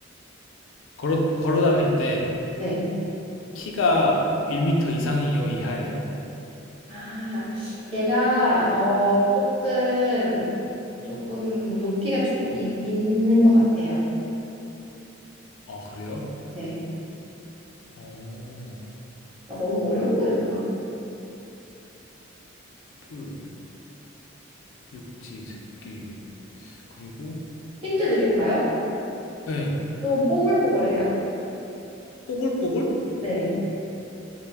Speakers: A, on the left; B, on the right.
A: 걸어 걸어 다닐 때
B: 네.
A: 키가 1m 이상이요 이하예요?
B: 아, 얘가, 어, 조금, 조금, 높이가 조금 이- 있는 것 같아요.
A: 아 그래요?
B: 네.
A: 어,
B: 나 너무 어려운 거 했나?
A: 뿔, 육지, 새끼 그리고
B: 힌트 드릴까요?
A: 예
B: 좀 뽀글뽀글해요.
A: 뽀글뽀글?
B: 네.